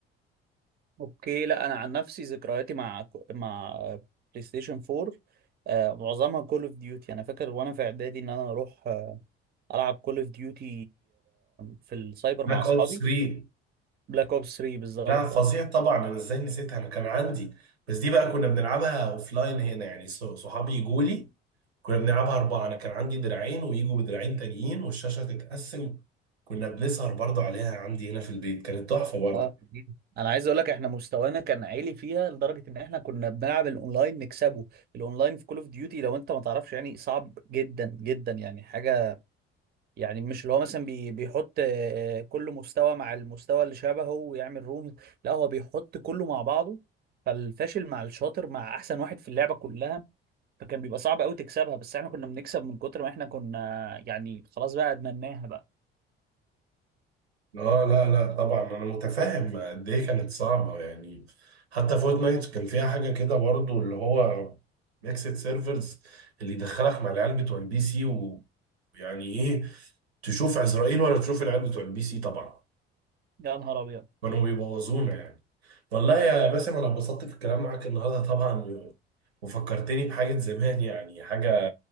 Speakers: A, on the right; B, on the right.
A: اوكي لا انا عن نفسي ذكرياتي مع مع بلاي ستيشن 4 آه، معظمها كول اوف ديوتي انا فاكر وانا في اعدادي ان انا اروح آه، العب كول اوف ديوتي في السايبر
B: بلاك
A: مع اصحابي
B: اوبس 3
A: بلاك اوبس 3 بالظبط
B: لا فظيع
A: اه
B: طبعا انا ازاي نسيتها انا كان عندي بس دي بقى كنا بنلعبها اوف لاين هنا يعني ص- صحابي يجوا لي كنا بنلعبها اربعه انا كان عندي دراعين ويجوا بدراعين تانيين والشاشه تتقسم كنا بنسهر برضه عليها عندي هنا في البيت كانت تحفه برضه
A: آه. انا عايز اقول لك احنا مستوانا كان عالي فيها لدرجه ان احنا كنا بنلعب الاونلاين نكسبه الاونلاين في كول اوف ديوتي لو انت ما تعرفش يعني صعب جدا جدا يعني حاجه يعني مش اللي هو مثلا بي بيحط آه، كل مستوى مع المستوى اللي شبهه ويعمل روم لا هو بيحط كله مع بعضه فالفاشل مع الشاطر مع احسن واحد في اللعبة كلها فكان بيبقى صعب قوي تكسبها بس احنا كنا بنكسب من كتر ما احنا كنا يعني خلاص بقى ادمناها بقى
B: اه لا لا طبعا انا متفاهم قد ايه كانت صعبه يعني حتى فورتنايت كان فيها حاجه كده برضه اللي هو ميكسد سيرفرز اللي يدخلك مع العيال بتوع البي سي ويعني ايه تشوف عزرائيل ولا تشوف العيال بتوع البي سي طبعا
A: يا نهار ابيض
B: كانوا بيبوظونا يعني والله يا باسم انا اتبسطت في الكلام معاك النهارده طبعا وفكرتني بحاجة زمان يعني حاجة